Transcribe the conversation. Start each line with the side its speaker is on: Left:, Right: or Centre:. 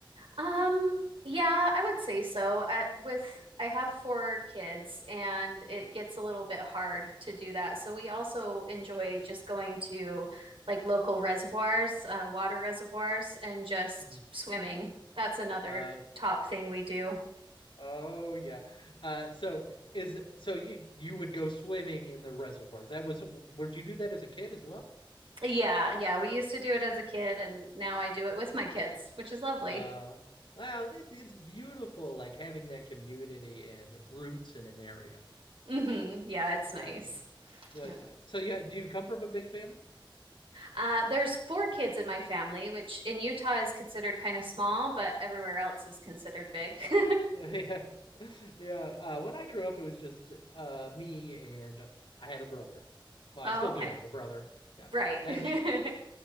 Right: Um, yeah, I would say so. I, with I have four kids and it gets a little bit hard to do that. So we also enjoy just going to like local reservoirs, uh, water reservoirs, and just
Left: Mm.
Right: swimming. That's another
Left: Uh,
Right: top thing we do.
Left: Oh yeah. Uh, so is so you you would go swimming in the reservoir. That was would you do that as a kid as well?
Right: Yeah, yeah, we used to do it as a kid and now I do it with my kids, which is lovely.
Left: Uh, wow, that, it's beautiful, like having that community and roots in an area.
Right: hmm Yeah, it's
Left: Yeah.
Right: nice.
Left: Yeah.
Right: Yeah.
Left: uh, So yeah, do you come from a big family? <laughs>
Right: Uh, there's four kids in my family, which in Utah is considered kind of small, but everywhere else is considered big. <laughs>
Left: Yeah. Yeah. Uh, when I grew up, it was just uh me and I had a brother. Well,
Right: Oh,
Left: I still
Right: okay.
Left: do have a brother. Yeah.
Right: Right.
Left: And
Right: <laughs>
Left: he